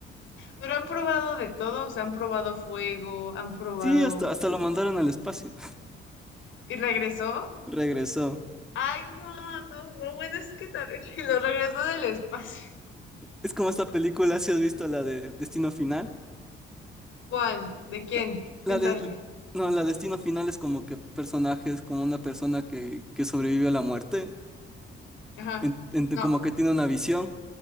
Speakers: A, on the left (about 75°); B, in the centre.
A: Pero han probado de todo, o sea, han probado fuego, han probado...
B: Sí, hasta, hasta lo mandaron al espacio.
A: ¿Y regresó?
B: <laughs> Regresó.
A: Ay, no, no, no, bueno, es que tal vez <laughs> lo regresó del espacio.
B: Es como esta película, si has visto la de Destino Final.
A: ¿Cuál? ¿De quién?
B: La
A: ¿Quién
B: la de-
A: sale?
B: no, la destino final es como que personajes, como una persona que, que sobrevive a la muerte,
A: Ajá.
B: en- en- como
A: No.
B: que tiene una visión,